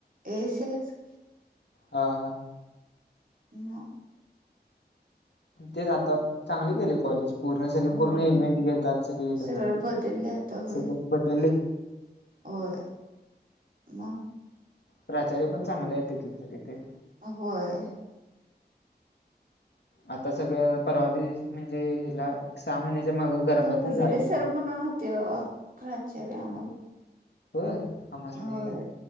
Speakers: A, on the right; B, on the left.
A: येशिलच की -
B: ह हा.
A: मग -
B: ते आता चांगल केलय कॉलेज. पूर्ण सगळे
A: होय
B: पूर्ण इव्हेंट घेतात. सगळे येतात.
A: सगळं बदललं आता होय
B: सगळ बदललय.
A: होय. म?
B: प्राचार्य पण चांगले आहेत तिथले तेे.
A: होय.
B: आता सगळं परवा दिस, म्हणजे हिला सहा महिन्याच्या माग- गरबा
A: ते हुजरे
B: तेन झाला
A: सर
B: तिथं
A: म्हणून होते बा प्राचार्य आम्हाला.
B: होय? आम्हास्नी
A: होय